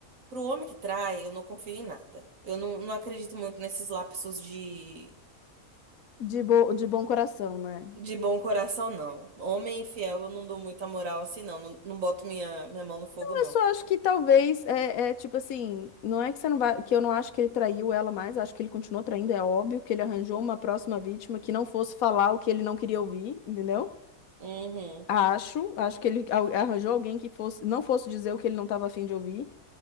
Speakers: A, on the right; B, on the left.
A: pro homem que trai, eu não confio em nada. Eu não, não acredito muito nesses lapsos de,
B: De, bo, de bom coração, né?
A: de bom coração, não. Homem infiel, eu não dou muita moral assim, não. Não, não boto minha, minha mão no fogo, não.
B: Eu só acho que talvez é, é, tipo assim, não é que você não vai, que eu não acho que ele traiu ela mais, acho que ele continuou traindo, é óbvio que ele arranjou uma próxima vítima que não fosse falar o que ele não queria ouvir, entendeu?
A: Uhum,
B: Acho, acho que ele al- arranjou alguém que fosse, não fosse dizer o que ele não estava afim de ouvir.